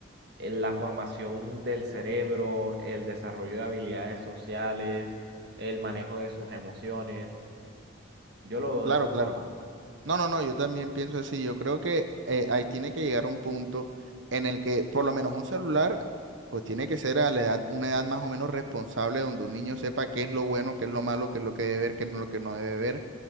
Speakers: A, on the right; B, on the right.
A: eh, la formación del cerebro, el desarrollo de habilidades sociales, el manejo de sus emociones. Yo lo veo
B: Claro,
A: de esa
B: claro.
A: forma.
B: No, no, no, yo también pienso así. Yo creo que eh, ahí tiene que llegar un punto en el que por lo menos un celular, pues tiene que ser a la edad, una edad más o menos responsable donde un niño sepa qué es lo bueno, qué es lo malo, qué es lo que debe ver, qué es lo que no debe ver